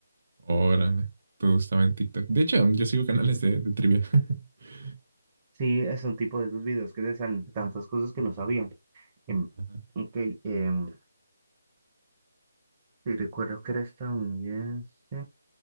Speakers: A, on the right; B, on the right.
A: Órale, todo estaba en TikTok. De hecho, yo sigo canales de, de trivia. <laughs>
B: Sí, es un tipo de esos videos que te salen tantas cosas que no sabían. Em,
A: Ajá.
B: ok, em, Sí, recuerdo que era estadounidense.